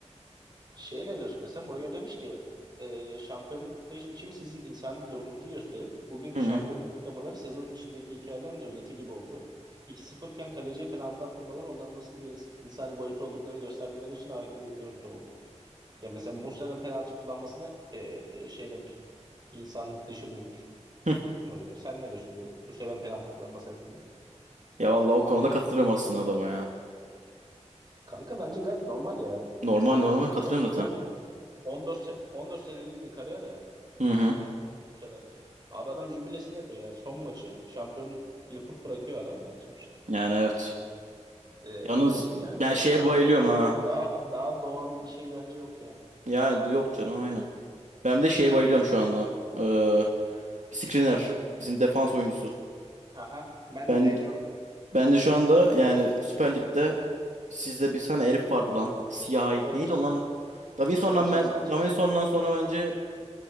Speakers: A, on the right (about 35°); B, on the right (about 85°).
A: Şeye ne diyorsun mesela? Mourinho demiş ki e, şampiyonluk kutlayış biçimi sizin insani durumunuzu gösterir. Bugünkü
B: Hı
A: şampiyonluk
B: hı.
A: kutlamaları sezon içindeki hikayelerin özeti gibi oldu. 2-0 iken kaleciye penaltı attırmaları onların nasıl bir ins- insani boyutta olduklarını göstermeleri için harika bir görüntü oldu. Ya mesela Muslera'nın penaltı kullanmasına e, şey demiş. insanlık dışı bulmuş
B: Hı.
A: Mourinho. Sen ne diyorsun bu Muslera'nın penaltı kullanması hakkında?
B: Ya vallahi o konuda katılıyorum aslında adama ya.
A: Kanka bence gayet normal ya.
B: Normal normal
A: Sonuçta
B: katılıyorum
A: 10
B: zaten.
A: 14 se- 14 senelik bir kariyer ya.
B: Hı hı.
A: Bu seneki. Abi adam jübilesini yapıyor yani. Son maçı şampiyon yapıp bırakıyor adam yani sonuçta.
B: Yani evet.
A: Ee,
B: Yalnız
A: yani
B: ben
A: penaltı
B: şeye
A: attırılmasından
B: bayılıyorum ha.
A: daha daha doğal bir şey bence yok yani.
B: Yani du- yok canım aynen. Ben bir de şeye bayılıyorum şu anda. Ee, Skriniar. Bizim defans oyuncusu.
A: Aha, ben
B: Ben
A: de beğeniyorum.
B: ben de şu anda yani Süper Lig'de sizde bir tane herif vardı lan. Siyahi.
A: Davinson.
B: Neydi o lan? Davinson'dan
A: Davinson
B: ben
A: Sanchez.
B: Davinson'dan sonra bence